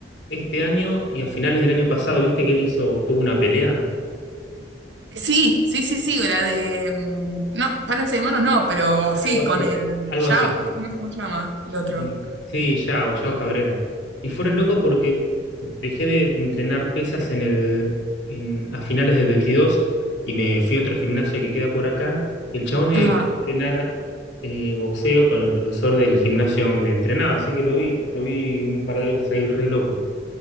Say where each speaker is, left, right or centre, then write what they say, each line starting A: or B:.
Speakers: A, on the left; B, on the right.
A: este año y a finales del año pasado, viste que él hizo, tuvo una pelea,
B: sí, sí, sí, sí, la de... mm, No, párense de manos, no, pero sí,
A: algo así,
B: con el...
A: algo
B: Ya,
A: así.
B: no sé cómo se llama, el otro.
A: Y- sí, Yao, Yao Cabrera. Y fue re loco porque dejé de entrenar pesas en el, en- a finales del 22 y me fui a otro gimnasio que queda por acá. Y el chabón eh,
B: Ajá.
A: fue a entrenar eh, boxeo con el profesor del gimnasio donde entrenaba, así que lo vi, lo vi un par de veces ahí re loco.